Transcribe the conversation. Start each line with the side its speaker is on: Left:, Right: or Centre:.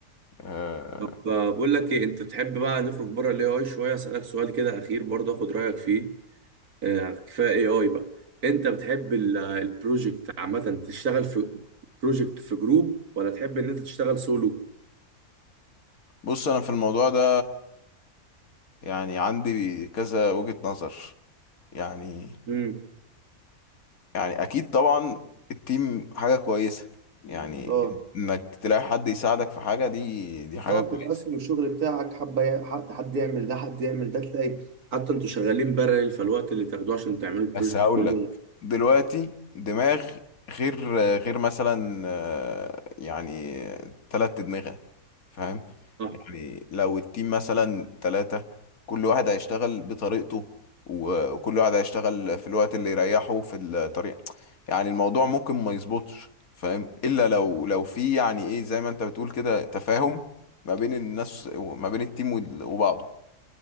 Left: آه،
Right: طب آه، بقول لك ايه انت بتحب بقى نخرج بره الاي اي شويه اسالك سؤال كده اخير برضه اخد رايك فيه آه، كفايه اي اي بقى انت بتحب البروجكت عامه تشتغل في بروجكت في جروب ولا تحب ان انت تشتغل سولو
Left: بص أنا في الموضوع ده يعني عندي كذا وجهة نظر يعني
Right: امم
Left: يعني أكيد طبعا التيم حاجة كويسة يعني
Right: اه
Left: إنك تلاقي حد يساعدك في حاجة دي دي حاجة
Right: بالظبط
Left: كويسة
Right: تقسم الشغل بتاعك حبة يع- حد حد يعمل ده حد يعمل ده تلاقي حتى انتوا شغالين بارل فالوقت اللي تاخدوه عشان تعملوا البروجكت
Left: بس هقول
Right: كله
Left: لك دلوقتي دماغ غير غير مثلا آه، يعني تلات أدمغة فاهم
Right: صح
Left: يعني لو التيم مثلا تلاتة كل واحد هيشتغل بطريقته و- وكل واحد هيشتغل في الوقت اللي يريحه في الطريق يعني الموضوع ممكن ما يظبطش فاهم إلا لو لو في يعني إيه زي ما أنت بتقول كده تفاهم ما بين الناس وما بين التيم وال- وبعضه